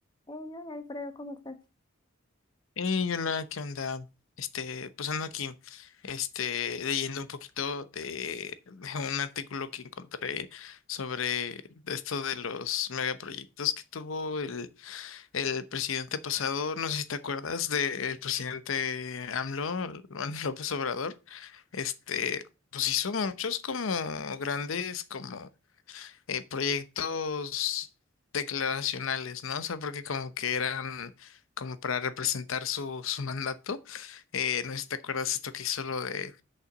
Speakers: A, on the left (about 20°); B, on the left (about 80°).
A: Hey, hola Alfredo, ¿cómo estás?
B: Hey, hola, ¿qué onda? Este, pues ando aquí, este, leyendo un poquito de, <laughs> de un artículo que encontré sobre esto de los megaproyectos que tuvo el, el presidente pasado. No sé si te acuerdas del presidente AMLO, <laughs> Juan López Obrador. Este, pues hizo muchos como grandes, como eh, proyectos declaracionales, ¿no? O sea, porque como que eran como para representar su, su mandato. Eh, no sé si te acuerdas esto que hizo lo de